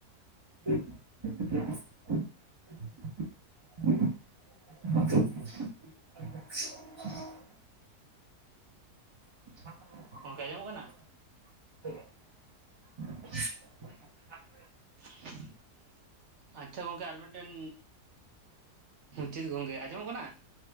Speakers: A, on the right; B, on the right.
A: <unintelligible> <unintelligible> <unintelligible>
B: ᱚᱱᱠᱟ ᱚᱸᱡᱚᱢᱚᱜ ᱠᱟᱱᱟ?
A: <unintelligible>
B: <unintelligible> ᱟᱪᱪᱷᱟ ᱜᱚᱝᱠᱮ ᱟᱨ ᱢᱤᱫᱴᱮᱱ, ᱪᱤᱛ ᱜᱚᱝᱠᱮ ᱟᱸᱡᱚᱢᱚᱜ ᱠᱟᱱᱟ?